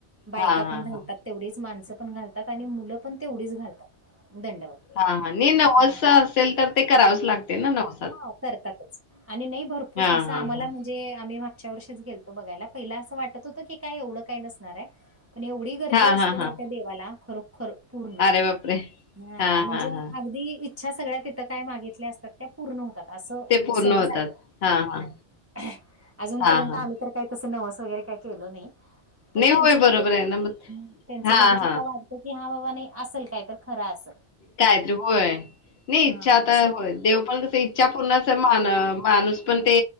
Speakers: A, on the right; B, on the left.
A: बायका
B: हां, हां,
A: पण घालतात.
B: हां.
A: तेवढेच माणसं पण घालतात आणि मुलं पण तेवढीच घालतात. दंडवत
B: हा, हा नाही नवस
A: हा
B: असेल तर ते करावंच लागते ना नवस
A: हा करतातच आणि नाही भरपूर
B: हां,
A: असं
B: हां,
A: आम्हाला
B: हां.
A: म्हण जे आम्ही मागच्या वर्षीच गेलतो बघायला, पहिला असं वाटत होतं की काय एवढं काय नसणार हाय पण एवढी गर्दी
B: हां,
A: असते
B: हां, हां.
A: ना त्या देवाला, खरोखर पूर्ण,
B: अरे बापरे!
A: हा
B: हां,
A: म्हणजे
B: हां, हां.
A: अगदी इच्छा सगळ्या तिथं काय मागितल्या असतात त्या पूर्ण होतात, अस
B: ते पूर्ण
A: समज
B: होतात. हां, हां.
A: आहे, अजून
B: हां,
A: पर्यंत
B: हां.
A: आम्ही तर काय तसं नवस वगैरे काय केलो नाही. पण
B: नाही
A: त्येचं
B: होय बरोबर
A: बघून,
B: आहे ना मग
A: त्येचं
B: हां,
A: बघितलं
B: हां.
A: का वाढ की हा बाबा नाही असल काय तर खर असल.
B: कायतरी होय, नाही इच्छा
A: हां,
B: आता
A: असं
B: होय देव पण कस इ च्या पूर्ण मान, माणूस पण ते